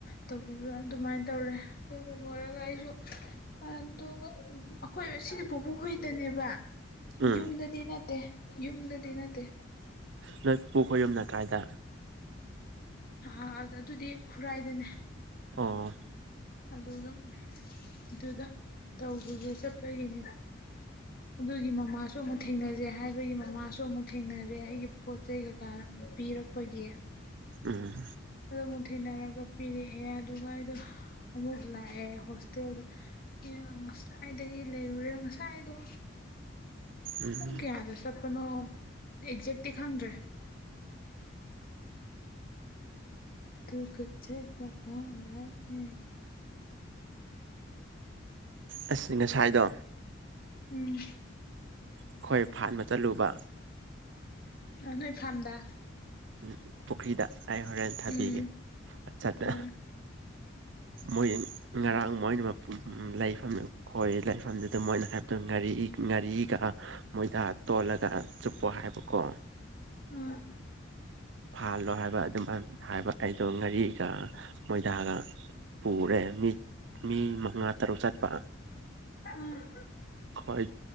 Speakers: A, on the left; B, on the right.
A: ꯇꯧꯕꯤꯕ ꯑꯗꯨꯃꯥꯏꯅ ꯇꯧꯔꯦ ꯑꯗꯨꯒ ꯂꯣꯏꯔꯒ ꯑꯩꯖꯨ ꯑꯗꯨꯒ ꯑꯩꯈꯣꯏ ꯁꯤꯅ ꯄꯨꯕꯨ ꯍꯣꯏꯗꯅꯦꯕ
B: ꯎꯝ
A: ꯌꯨꯝꯗꯗꯤ ꯅꯠꯇꯦ ꯌꯨꯝꯗꯗꯤ ꯅꯠꯇꯦ
B: ꯅꯣꯏ ꯄꯨꯈꯣꯏ ꯌꯨꯝꯅ ꯀꯥꯏꯗ
A: ꯑ ꯑꯗꯨꯗꯤ ꯈꯨꯔꯥꯏꯗꯅꯦ
B: ꯑꯣ
A: ꯑꯗꯨꯒ ꯑꯗꯨꯗ ꯇꯧꯕꯕ ꯆꯠꯄꯒꯤꯅꯤꯗ ꯑꯗꯨꯒꯤ ꯃꯃꯥꯁꯨ ꯑꯃꯨꯛ ꯊꯦꯡꯅꯖꯦ ꯍꯥꯏꯕꯒꯤ ꯃꯃꯥꯁꯨ ꯑꯃꯨꯛ ꯊꯦꯡꯅꯔꯦ ꯑꯩꯒꯤ ꯄꯣꯠ ꯆꯩ ꯀꯩꯀꯥ ꯄꯤꯔꯛ ꯐꯣꯏꯒꯤ
B: ꯎꯝ
A: ꯑꯃꯨꯛ ꯊꯦꯡꯅꯔꯒ ꯄꯤꯔꯛꯑꯦ ꯑꯗꯨꯒ ꯑꯩꯗꯣ ꯑꯃꯨꯛ ꯂꯥꯛꯑꯦ ꯍꯣꯁꯇꯦꯜꯗ ꯉꯁꯥꯏꯗꯒꯤ ꯂꯩꯔꯨꯔꯦ ꯉꯁꯥꯏꯗꯣ
B: ꯎꯝ
A: ꯄꯨꯡ ꯀꯌꯥꯗ ꯆꯠꯄꯅꯣ ꯑꯦꯛꯖꯦꯛꯇꯤ ꯈꯪꯗ꯭ꯔꯦ ꯇꯨ ꯀ ꯆꯠꯂꯒ ꯍꯂꯛꯑꯦ
B: ꯑꯁꯤꯁ ꯉꯁꯥꯏꯗꯣ
A: ꯎꯝ
B: ꯑꯩꯈꯣꯏ ꯐꯥꯟꯕ ꯆꯠꯂꯨꯕ
A: ꯅꯣꯏ ꯐꯥꯝꯗ
B: ꯎ ꯄꯨꯈ꯭ꯔꯤꯗ ꯑꯩ ꯍꯣꯔꯦꯟꯦꯟ ꯊꯥꯕꯤꯒꯦ
A: ꯎꯝ
B: ꯋꯥꯆꯞꯇ
A: ꯑꯥ
B: ꯃꯣꯏ ꯉꯔꯥꯡ ꯃꯣꯏꯅ ꯂꯩꯐꯝꯅꯦꯕ ꯍꯣꯏ ꯂꯥꯏꯐꯝꯗꯨꯗ ꯃꯣꯏꯅ ꯍꯥꯏꯕꯗꯣ ꯉꯥꯔꯤ ꯉꯥꯔꯤꯒ ꯃꯣꯏꯗ ꯇꯣꯜꯂꯒ ꯆꯨꯞꯄꯣ ꯍꯥꯏꯕꯀꯣ
A: ꯎꯝ
B: ꯐꯥꯜꯂꯣ ꯍꯥꯏꯕ ꯑꯗꯨꯃꯥꯏꯅ ꯊ ꯍꯥꯏꯕ ꯑꯩꯗꯣ ꯉꯥꯔꯤꯒ ꯃꯣꯏꯗꯥꯒ ꯄꯨꯔꯦ ꯃꯤ ꯃꯤ ꯃꯉꯥ ꯇꯔꯨꯛ ꯆꯠꯄ
A: ꯎꯝ
B: ꯍꯣꯏ